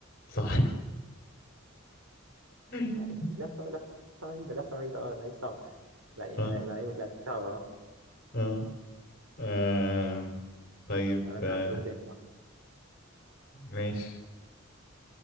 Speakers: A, on the left (about 45°); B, on the right (about 85°).
A: صح <laughs>
B: لا دي لفه لفه بعيده لفه بعيده اه لعيب صعب لا يعني
A: اه
B: لعيب لعيب صعب اه
A: اه آم،
B: مم، لا
A: طيب
B: تعالى نلعب
A: آه،
B: دور تاني اه
A: ماشي